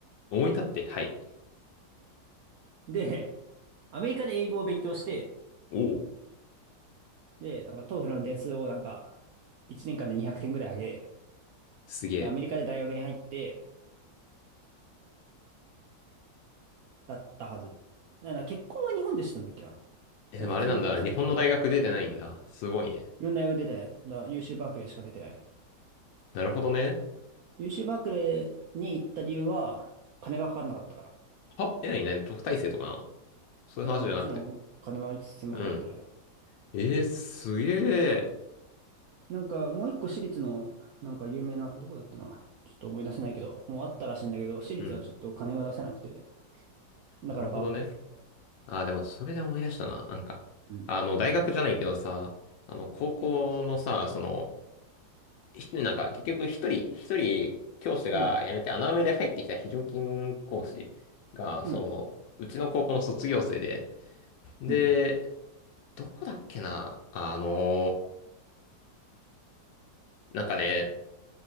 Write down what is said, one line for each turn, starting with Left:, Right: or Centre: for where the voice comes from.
Left: 思い立って、はい。
Right: で、アメリカで英語を勉強して、
Left: おう
Right: で、なんかト o フルの点数をなんか、1年間で200点ぐらい上げ、
Left: すげえ。
Right: で、アメリカで大学に入って、だったはず。だから結婚は日本でしたんだっけな。
Left: え、でもあれなんだ。
Right: 普通に、そう、
Left: 日本の大学出てないんだ。
Right: 社会人、
Left: すごいね。
Right: いろんな大学出てない。だから UC バークレーしか出てない。
Left: なるほどね。
Right: UC バークレーに行った理由は、金がかかんなかったから。
Left: はえ、なになに特待生とかなのそういう話じゃなくて。
Right: いや、まあもちろん、金は一銭も払ってないよ。
Left: うん。えー、すげえ。
Right: なんか、もう一個私立の、なんか有名な、どこだっけな。ちょっと思い出せないけど、もうあったらしいんだけど、私立はちょっと金が出せなくて、
Left: うん。
Right: だからバークレーみたいな。
Left: なるほどね。ああ、でもそれで思い出したな。なんか、
Right: うん。
Left: あの、大学じゃないけどさ、あの、高校のさ、その、ひなんか、結局一人、一人、教師が辞めて穴埋めで入ってきた非常勤講師が、
Right: うん。うん。
Left: その、うちの高校の卒業生で、で、
Right: うん。
Left: どこだっけな、あの、なんかね、